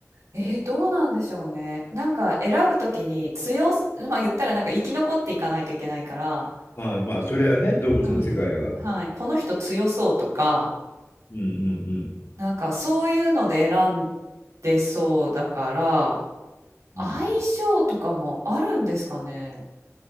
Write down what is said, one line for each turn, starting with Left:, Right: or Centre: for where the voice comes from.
Right: えーどうなんでしょうね。なんか選ぶときに強すま、言ったらなんか生き残っていかないといけないから、
Left: ああ、まあ、それはね、動物の世界は。
Right: うん。はい、この人強そうとか、
Left: うんうん
Right: なんかそういうので選んでそうだから、相性とかもあるんですかね？
Left: うん。うん